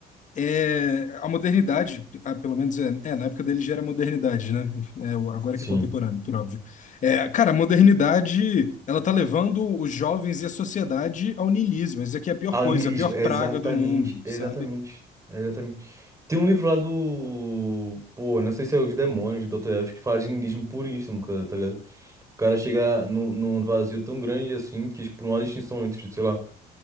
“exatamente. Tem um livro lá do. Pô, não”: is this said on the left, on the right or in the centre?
Right